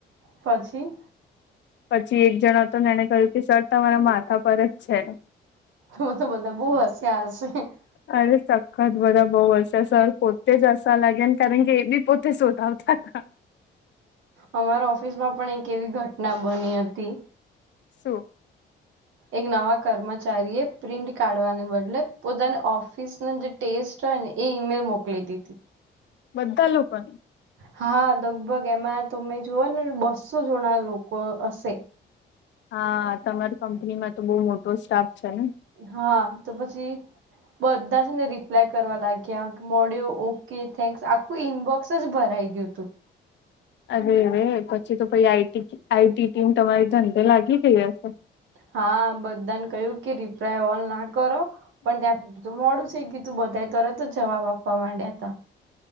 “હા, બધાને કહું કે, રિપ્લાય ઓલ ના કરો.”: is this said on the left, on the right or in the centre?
Right